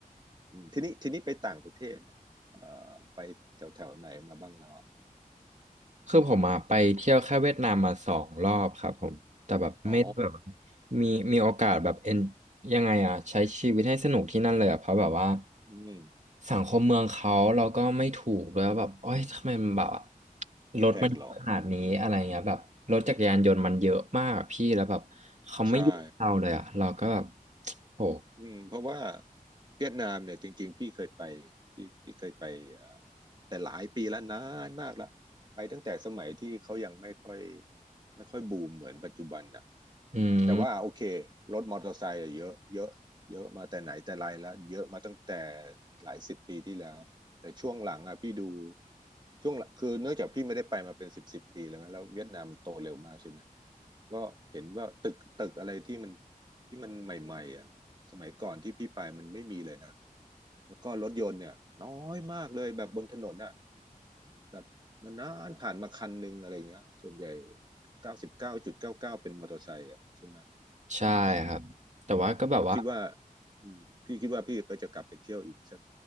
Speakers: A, on the right (about 30°); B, on the right (about 55°).
A: อืมทีนี้ทีนี้ไปต่างประเทศเนี่ยเอ่อไปแถวๆไหนมาบ้างเราอะ
B: คือผมอะไปเที่ยวแค่เวียดนามมาสองรอบครับผมแต่แบบไม่ได้แบบ
A: อ๋อ
B: มีมีโอกาสแบบเอ็นยังไงอ่ะใช้ชีวิตให้สนุกที่นั่นเลยอ่ะเพราะแบบว่า
A: อืม
B: สังคมเมืองเขาเราก็ไม่ถูกด้วยว่าแบบโอ้ยทำไมมันแบบรถมันเยอะขนาดนี้อะไรเงี้ยแบบรถจักรยานยนต์มันเยอะมากอะพี่แล้วแบบเขาไม่หยุดเราเลยอ่ะเราก็แบบ
A: แพงเหรอใช่
B: โห
A: อืมเพราะว่าเวียดนามเนี่ยจริงๆพี่เคยไปพี่พี่เคยไปเอ่อแต่หลายปีแล้วนานมากละไปตั้งแต่สมัยที่เขายังไม่ค่อยไม่ค่อยบูมเหมือนปัจจุบันน่ะ
B: อืม
A: แต่ว่าโอเครถมอเตอร์ไซค์อะเยอะเยอะเยอะมาแต่ไหนแต่ไรแล้วเยอะมาตั้งแต่หลายสิบปีที่แล้วแต่ช่วงหลังอ่ะพี่ดูช่วงหลังคือเนื่องจากพี่ไม่ได้ไปมาเป็นสิบสิบปีแล้วมั้ยแล้วเวียดนามมันโตเร็วมากใช่ไหมก็เห็นว่าตึกตึกอะไรที่มันที่มันใหม่ๆอ่ะ สมัยก่อนที่พี่ไปมันไม่มีเลยนะแล้วก็รถยนต์เนี่ยน้อยมากเลยแบบบนถนนอ่ะแบบนานๆผ่านมาคันหนึ่งอะไรเงี้ยส่วนใหญ่เก้าสิบเก้าจุดเก้าเก้าเป็นมอเตอร์ไซค์อ่ะใช่ไหม
B: ใช่ครับแต่ว่าก็แบบว่า
A: ก็คิดว่าอืมพี่คิดว่าพี่ก็จะกลับไปเที่ยวอีกสัก